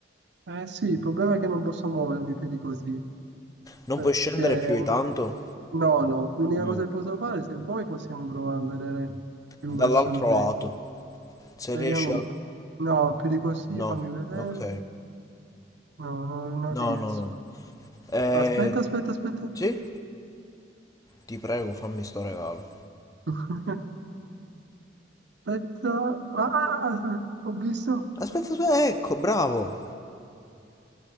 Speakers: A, on the right; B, on the left.
A: Eh sì, il problema è che non posso muovermi più di così,
B: Non
A: perché
B: puoi scendere più di tanto
A: no, no, l'unica
B: Mm.
A: cosa che posso fare, se vuoi possiamo provare a vedere più
B: dall'altro
A: verso il dentro.
B: lato. Se
A: Vediamo,
B: riesci al...
A: un po'. no, più di così,
B: No,
A: fammi vedere,
B: ok.
A: no, no, non
B: No,
A: riesco.
B: no, no. Eh,
A: Aspetta, aspetta, aspetta,
B: sì? Ti prego, fammi sto regalo.
A: <laughs> aspetta, ah, ah, ah, ho visto
B: Aspetta, aspetta, ecco, bravo.